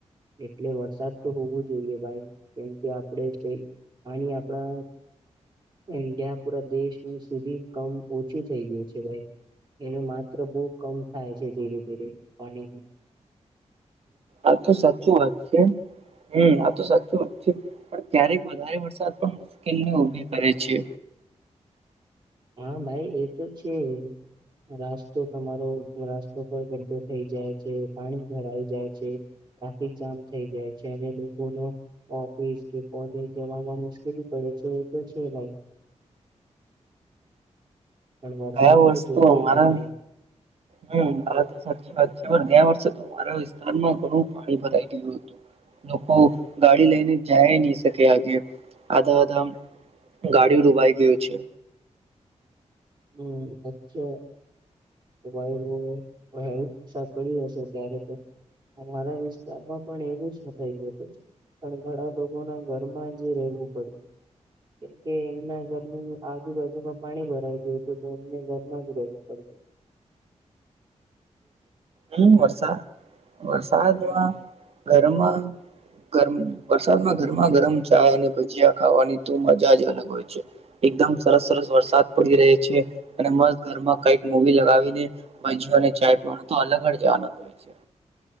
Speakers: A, on the right; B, on the right.
A: એટલે વરસાદ તો હોવું જોઈએ ભાઈ કેમ કે આપણે જઈ પાણી આપડા ઇન્ડિયા પૂરા દેશ સુધી કમ ઓછુ થઇ ગયુ છે ભાઈ. એનુ માત્ર બહુ કમ થાય છે ધીરે ધીરે પાણીનુ
B: આ તો સાચું વાત છે હમ આ તો સાચી વાત છે પણ ક્યારેક વધારે વરસાદ પણ મુશ્કેલને ઉભી કરે છે.
A: હા ભાઈ એ તો છે. રાસ્તો તમારો રસ્તો પર ગઢો થઈ જાય છે પાણી ભરાઈ જાય છે. ટ્રાફિક જામ થઇ જાય છે અને લોકો નો ઓફિસ કે કોલેજ જવામા મુશ્કેલી પડે પછી એ તો છે ભાઈ. પણ વરસાદ
B: ગયા વર્ષ
A: જોઈએ
B: તો અમારા
A: ને ભાઈ
B: હ આ તો સાચી વાત છે પણ ગયા વર્ષ અમારા વિસ્તારમા ઘણુ પાણી ભરાઈ ગયુ હતુ લોકો ગાડી લઈને જાય નીઇ શકે આગે. આધા આધા ગાડી ડૂબાઈ ગયુ છે.
A: હમ અચ્છા! ભાઈ હ હેવી વરસાદ પડી હશે ત્યારે તો અમારા વિસ્તારમાં પણ એવું જ થયું હતું. પણ ઘણા લોકો ના ઘરમાં જે રહેવું પડ્યું. કેમકે એમના ઘરની આજુબાજુમા પાણી ભરાઈ ગયુ. તો અમને ઘરમા જ રહેવું પડતુ.
B: હમ્મ વરસા વરસાદમા ઘરમા ગર વરસાદમાં ગરમા ગરમ ચાય અને ભજીયા ખાવાની ત મજા જ અલગ હોય છે. એકદમ સરસ સરસ. વરસાદ પડી રહે છે અને મસ્ત ઘરમા કઈક મોવી લગાવીને ભજીઓ અને ચાય પીવાનો તો અલગ જ આનંદ હોય છે